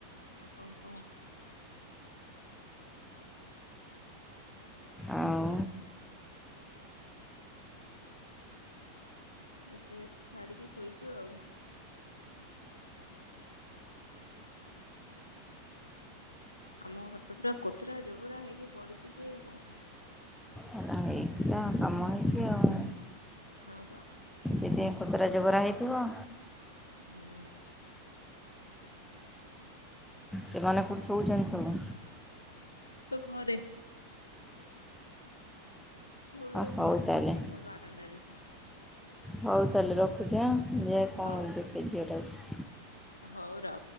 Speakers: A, on the left (about 85°); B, in the centre.
A: ଆଉ କଣ କହ।
B: ଆଉ
A: ରୋଷେଇ ବାସ ସାରିକି ଶୋଇଛୁ ଆଉ। ଆମ ଘର ତ ପୁରା କୋତୁରା ଜୋବୁରା ହେଇକି ପଡିଛି ଯେ କହନା।
B: ହେଲା ଏଇଟ୍। ଏ କାମ ହେଇଛି ଆଉ।
A: ହଁ ପା।
B: ସେଥିପାଇଁ କୋତରା ଜବରା ହେଇଥିବ।
A: ହୁଁ।
B: ସେମାନେ କୋଉଠି ସୋଉଛନ୍ତି ସବୁ?
A: ଘରେ। ସବୁବେଳେ
B: ହଉ
A: ଘରେ
B: ତା'ହେଲେ
A: <unintelligible> ବାରଣ୍ଡାରେ ଶୋଉ।
B: ହଉ ତା ହେଲେ ରଖୁଛି ଆଁ ଯାଏ କଣ
A: ହଉ
B: ଦେଖେ ଝିଅଟାକୁ।
A: ହଉ ର।